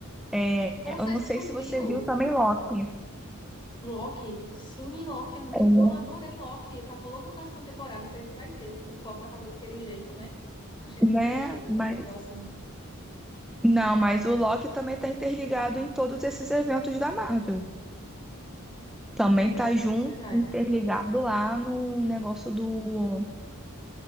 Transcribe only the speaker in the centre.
É,
eu não
sei
se
você viu também Loki,
é,
né?
Mas
não, mas o Loki também está interligado em todos esses eventos da Marvel. Também
tá
junto,
interligado lá no negócio do